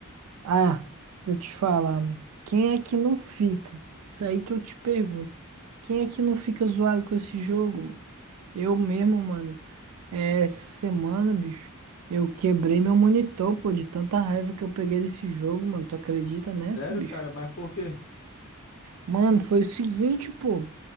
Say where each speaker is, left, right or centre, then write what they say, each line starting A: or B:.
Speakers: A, on the right; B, on the left.
A: Ah, pra eu te falar, mano. Quem é que não fica? Isso aí que eu te pergunto. Quem é que não fica zoado com esse jogo, mano? Eu mesmo, mano. é, Essa semana, bicho, eu quebrei meu monitor, pô, de tanta raiva que eu peguei desse jogo, mano. Tu acredita nessa,
B: Sério,
A: bicho?
B: cara, mas por quê?
A: Mano, foi o seguinte, pô.